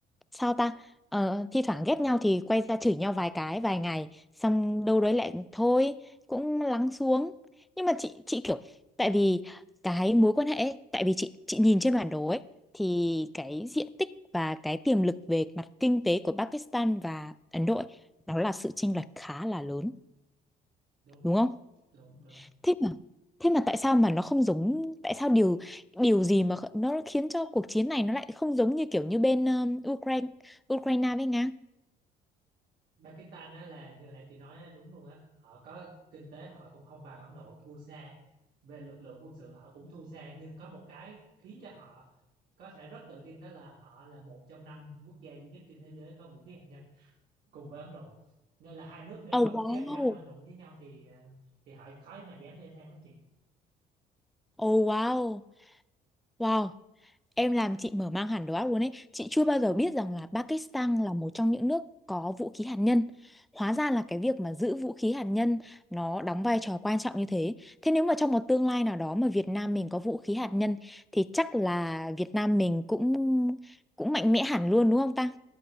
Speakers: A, in the centre; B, on the right (about 70°).
A: sao ta ờ, thi thoảng ghét nhau thì quay ra chửi nhau vài cái vài ngày xong đâu đấy lại thôi cũng lắng xuống nhưng mà chị chị kiểu tại vì cái mối quan hệ ấy, tại vì chị chị nhìn trên bản đồ ấy thì cái diện tích và cái tiềm lực về mặt kinh tế của Pakistan và Ấn Độ ấy, nó là sự chênh lệch khá là lớn
B: đúng
A: đúng không
B: đúng đúng
A: thế mà thế mà tại sao mà nó không giống tại sao điều điều gì mà kh- nó khiến cho cuộc chiến này nó lại không giống như kiểu như bên um, Ukraine Ukraine với Nga
B: Pakistan á là như nãy chị nói á, đúng luôn á họ có kinh tế họ cũng không bằng Ấn Độ thua xa về lực lượng quân sự họ cũng thua xa nhưng có một cái khiến cho họ có thể rất tự tin đó là họ là một trong năm quốc gia duy nhất trên thế giới có vũ khí hạt nhân cùng với Ấn Độ nên là hai nước đều
A: Oh
B: có
A: wow,
B: vũ khí hạt nhân mà đụng với nhau thì ờ, thì họ khó mà dám leo thang lắm chị
A: oh wow, wow. Em làm chị mở mang hẳn đầu óc luôn ấy. Chị chưa bao giờ biết rằng là Pakistan là một trong những nước có vũ khí hạt nhân. Hóa ra là cái việc mà giữ vũ khí hạt nhân nó đóng vai trò quan trọng như thế. Thế nếu mà trong một tương lai nào đó mà Việt Nam mình có vũ khí hạt nhân thì chắc là Việt Nam mình cũng cũng mạnh mẽ hẳn luôn đúng không ta?